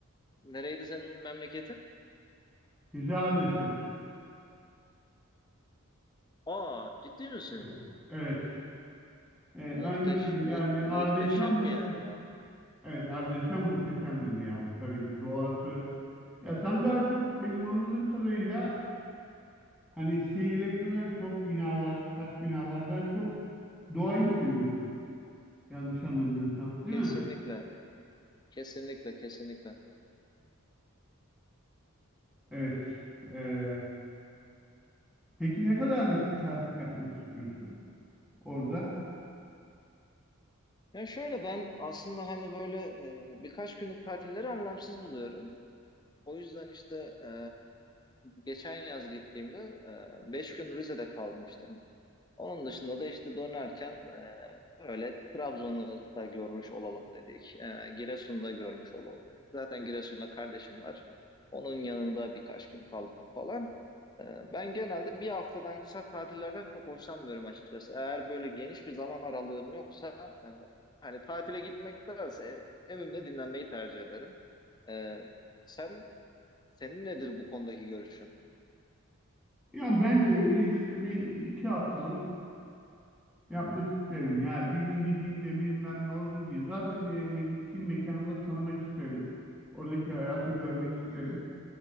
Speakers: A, on the left; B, in the centre.
A: Nereydi senin memleketin?
B: Rize Ardeşen.
A: Aa, ciddi misin?
B: Evet. Evet. E,
A: Muhteş,
B: aynen öyle.
A: mu,
B: Yani Ardeşen
A: muhteşem
B: muhteşem.
A: bir yer ya.
B: Evet, Ardeşen muhteşemdir yani. Tabii ki doğası. Ya sen daha çok benim anladığım kadarıyla hani şehirleşmeden çok binalar, taş binalardan çok doğayı seviyorsun. Yanlış anlamıyorsam, değil
A: Kesinlikle,
B: mi?
A: kesinlikle, kesinlikle.
B: Evet. E, peki ne kadarlık bir tatil yapmak istiyorsun orada?
A: Ya şöyle ben aslında hani böyle e, birkaç günlük tatilleri anlamsız buluyorum. O yüzden işte e, geçen yaz gittiğimde e, beş gün Rize'de kalmıştım. Onun dışında da işte dönerken e, öyle Trabzon'u da görmüş olalım dedik. E, Giresun'u da görmüş olalım dedik. Zaten Giresun'da kardeşim var. Onun yanında birkaç gün kaldık falan. E, ben genelde bir haftadan kısa tatillerden çok hoşlanmıyorum açıkçası. Eğer böyle geniş bir zaman aralığım yoksa e, hani tatile gitmektense evimde dinlenmeyi tercih ederim. E, sen senin nedir bu konudaki görüşün?
B: Ya ben de öyle işte bir iki haftalık Yapmak isterim yani bir gün gideyim de bilmem ne orada diye. Zaten e, gittiğim mekanı da tanımak isterim. Oradaki hayatı görmek isterim.
A: Hı hı,